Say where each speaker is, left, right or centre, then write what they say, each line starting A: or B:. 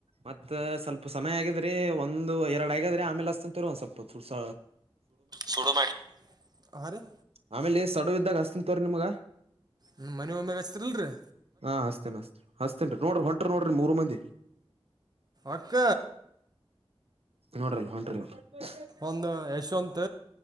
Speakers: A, on the right; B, on the right.
A: ಮತ್ತ ಸ್ವಲ್ಪ ಸಮಯ ಆಗಿದ್ರಿ ಒಂದು ಎರಡು ಆಗಾದ್ರೆ ಆಮೇಲೆ ಹಸತ ತರುವ ಸ್ವಲ್ಪಸ.
B: ಸೋ <unintelligible> ಮ ಹ ರ
A: ಆಮೇಲೆ ಸಡಡು ಇದ್ದಾಗ ಅಸ್ತಿಂತವ ರರಿ ನಿಮ್ಗ.
B: ಹ್ಮ್- ಮನೆ ಒಮ್ಮ್ಯಾಗ ಹಚ್ತರಿಲ್ರರಿ
A: ಹಾ -ಹಸ್ತೇನ್ ಅಸ್ತೆ ಹಸ್ತೇನ್ರಿ ನೋಡ್ರಿ ಹೊಂಟರಿ ನೋಡ್ರಿ ಮೂರ್ ಮಂದಿ.
B: ಅಕ್ಕ
A: ನೋಡ್ರಲ್ ಹೊಂಟ್ರಿ. <unintelligible>
B: ಒಂದು ಯಶವಂತ.